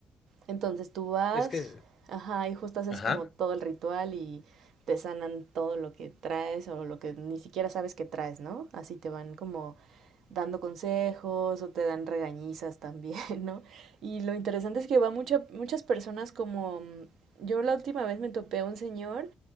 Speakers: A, on the right; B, on the left.
A: Entonces tú vas,
B: Es que,
A: ajá, y justo haces
B: ajá.
A: como todo el ritual y te sanan todo lo que traes o lo que ni siquiera sabes que traes, ¿no? Así te van como dando consejos o te dan regañizas también, <laughs> ¿no? Y lo interesante es que va mucha, muchas personas como... mm, Yo la última vez me topé a un señor